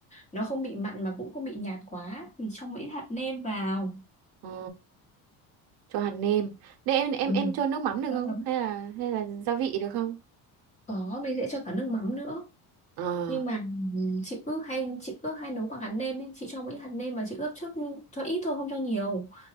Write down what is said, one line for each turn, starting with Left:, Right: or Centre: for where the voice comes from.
Left: nó không bị mặn mà cũng không bị nhạt quá thì cho mỗi hạt nêm vào
Right: ờ, cho hạt nêm. Nên em em
Left: ừ.
Right: em cho nước mắm được
Left: Cho
Right: không?
Left: lắm.
Right: Hay là hay là gia vị được không?
Left: có mình sẽ cho cả nước mắm nữa
Right: Ờ,
Left: nhưng mà ừ, chị cứ hay chị cứ hay nấu bằng hạt nêm ấy. chị cho mỗi hạt nêm mà chị ướp trước cho ít thôi không cho nhiều